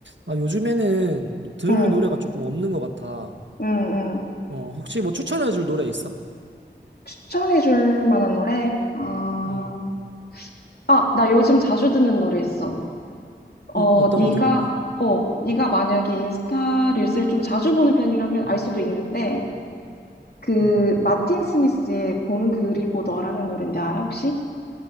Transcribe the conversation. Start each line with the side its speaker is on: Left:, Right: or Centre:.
Right: 아, 요즘에는 들을
Left: 응,
Right: 노래가 조금 없는 것 같아.
Left: 응, 응.
Right: 어, 혹시 뭐 추천해줄 노래 있어?
Left: 추천해 줄 만한 노래? 아,
Right: 음,
Left: 아, 나 요즘 자주 듣는 노래 있어. 어,
Right: 음, 어떤
Left: 네가,
Right: 거 듣는데?
Left: 어, 네가 만약에 인스타 릴스를 좀 자주 보는 편이라면 알 수도 있는데, 그,
Right: 음.
Left: 마틴 스미스의 봄 그리고 너라는 노래인데 알아, 혹시?